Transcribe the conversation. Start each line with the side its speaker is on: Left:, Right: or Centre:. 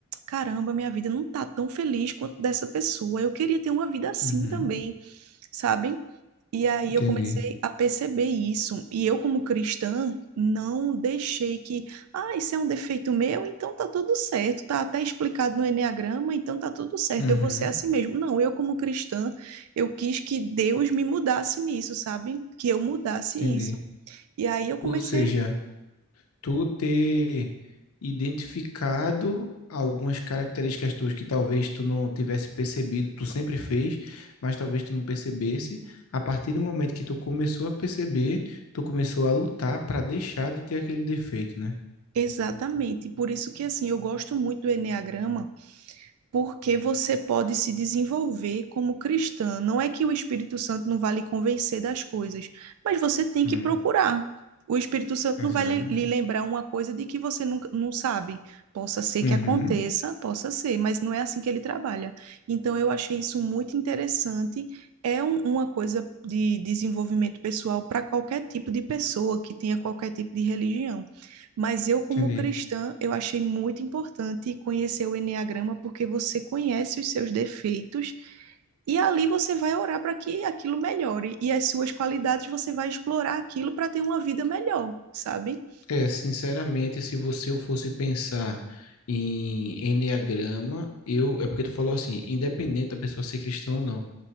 Right: Caramba, minha vida não tá tão feliz quanto dessa pessoa, eu queria ter uma vida assim
Left: Uhum.
Right: também sabe? E aí
Left: Entendi,
Right: eu comecei a perceber isso. E eu, como cristã, não deixei que, ah, isso é um defeito meu, então tá tudo certo, tá até explicado no enneagrama então tá tudo certo,
Left: Uhum.
Right: eu vou ser assim mesmo. Não, eu, como cristã, eu quis que Deus me mudasse nisso, sabe? Que eu mudasse
Left: entendi.
Right: isso. E aí eu comecei
Left: Ou seja, tu ter identificado algumas características tuas que talvez tu não tivesse percebido, tu sempre fez, mas talvez tu não percebesse. A partir do momento que tu começou a perceber, tu começou a lutar para deixar de ter aquele defeito, né?
Right: exatamente. Por isso que assim, eu gosto muito do enneagrama porque você pode se desenvolver como cristã. Não é que o Espírito Santo não vai lhe convencer das coisas, mas você tem
Left: Hum,
Right: que procurar. O Espírito Santo
Left: exatamente.
Right: não vai lhe lembrar uma coisa de que você nunca, não sabe. Possa ser
Left: Uhum,
Right: que aconteça, possa ser, mas não é assim que ele trabalha. Então, eu achei isso muito interessante. É um- uma coisa de desenvolvimento pessoal para qualquer tipo de pessoa que tenha qualquer tipo de religião. Mas eu, como
Left: entendi.
Right: cristã, eu achei muito importante conhecer o enneagrama porque você conhece os seus defeitos e ali você vai orar para que aquilo melhore e as suas qualidades você vai explorar aquilo para ter uma vida melhor, sabe?
Left: É, sinceramente, se você eu fosse pensar em enneagrama, eu, é porque tu falou assim, independente da pessoa ser cristã ou não.